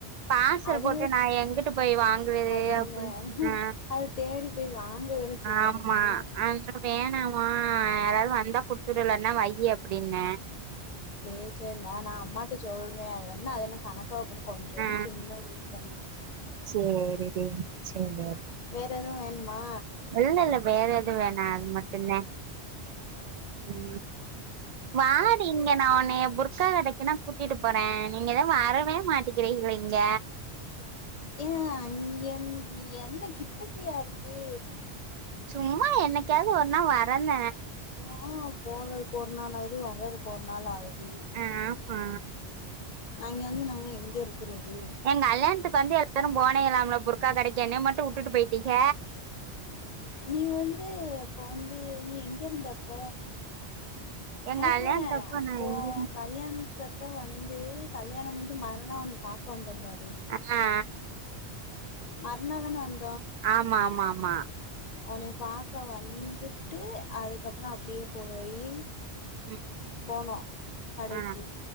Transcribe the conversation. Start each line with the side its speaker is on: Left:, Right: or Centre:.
Right: பார்சல்
Left: அது
Right: போட்டு நான் எங்குட் போய் வாங்குறது
Left: அதானே
Right: அப்டின் ஆ
Left: அது தேடி போய் வாங்க வேற செய்யணுமே
Right: ஆமா அதுலா வேணாமா யாராது வந்தா குடுத்துடு இல்லனா வையி அப்புடின்ன
Left: சேர் சேர் மா நான் அம்மாட்ட சொல்றே என்ன அதென்ன கணக்கவா போது கொஞ்சோன்
Right: ஆ
Left: சின்ன இதுதான
Right: சேரிடி
Left: ம்
Right: சேரி
Left: வேற எதுவு வேண்மா
Right: இல்ல இல்ல வேற எது வேணா அது மட்டுந்தா
Left: ஆ
Right: ம் வாடி
Left: சேரி சேரி
Right: இங்க நான் ஒன்னய ஒரு ஸா கடைக்குனா கூட்டிட்டு போற நீங்கதா வரவே மாட்டிக்கிறீங்ளே இங்க
Left: ஏ இங்கென் நீ என்ன கிட்டக்கியா இருக்கு
Right: சும்மா என்னைக்காது ஒருநா வரன்ன
Left: ஆ போறதுக்கு ஒரு நாள் ஆகுது வர்றதுக்கு ஒரு நாள் ஆகுது
Right: ஆ ஆமா
Left: அங்க வந்து நாங்க எங்க இருக்குறது
Right: என் கல்யாண்த்துக் வந்து எல்லாரு போனீங்கலாம்ல குர்க்கா கடைக்கு என்னய மட்டு உட்டுட்டு போயிட்டீங்க
Left: நீ வந்து அப்போ வந்து நீ எங்க இருந்த அப்ப
Right: என்
Left: ஆஹ
Right: கல்யாணத்தப்ப நா
Left: ஓன்
Right: எங்க
Left: கல்யாண்த்தப் போ வந்து கல்யாணோ முடிஞ்சு மறுநா உன்னிய பாக்க வந்தன் பாரு
Right: ஆமா
Left: மறுநாதான வந்
Right: ஆமா ஆமா ஆமா
Left: உன்னைய பாக்க வந்துட்டு அதுக்கப்றோ அப்டியே போய்
Right: ம்
Left: போனோ கடைக்கி
Right: ஆ,